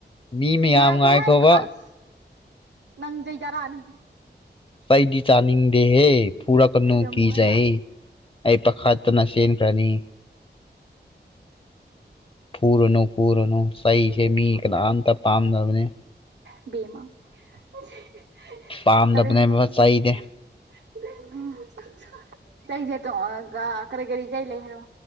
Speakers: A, on the left; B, on the right.
A: ꯃꯤ ꯃꯌꯥꯝ
B: ꯉꯥꯏꯒꯦ
A: ꯉꯥꯏꯈꯣꯕ
B: ꯍꯥꯏ ꯑꯁ ꯅꯪ ꯆꯩꯩꯖꯔꯛꯑꯅꯤ
A: ꯄꯥꯏꯗꯤ ꯆꯥꯅꯤꯡꯗꯦ ꯍꯦ ꯐꯨꯔꯛꯀꯅꯨ
B: ꯊꯤꯔꯝꯃꯣ
A: ꯀꯤꯖꯩ
B: ꯑꯩ ꯂꯥꯛꯑꯒꯦ
A: ꯑꯩ ꯄꯈꯥꯠꯇꯅ ꯆ‌ꯦꯟꯈ꯭ꯔꯅꯤ ꯐꯨꯔꯨꯅꯨ ꯐꯨꯔꯨꯅꯨ ꯏꯁꯩꯁꯦ
B: ꯕꯦꯝ ꯕꯦꯝ
A: ꯃꯤ ꯀꯅꯥꯝꯇ ꯄꯥꯝꯅꯕꯅꯦ
B: ꯕ‌ꯦꯝꯃꯥ <unintelligible>
A: ꯄꯥꯝꯗꯕꯅꯦꯕ ꯆꯩꯗꯤ
B: ꯆꯁ ꯇ ꯀꯔꯤ ꯀꯔꯤ ꯆꯩ ꯂꯩ ꯍꯥꯏꯔꯣ